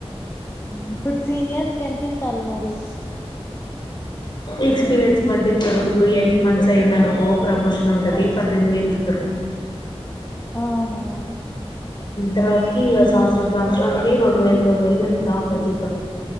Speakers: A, on the left; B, on the left.
A: ఇప్పుడు సీనియర్స్క ఎంత ఈతలు మరి
B: ఎక్స్పీరియన్స్ పట్టిస్తారు ఇప్పుడు ఎయిట్ మంత్స్ అయింది అనుకో ప్రమోషన్ ఉంటుంది పద్దెనిమిది వేలు ఇస్తారు
A: ఆహా
B: తర్వాతకి సంవత్సరం సంవత్సరాంనికి రెండు వేలు రెండు వేలు పెరుగుతా ఉంటది జీతం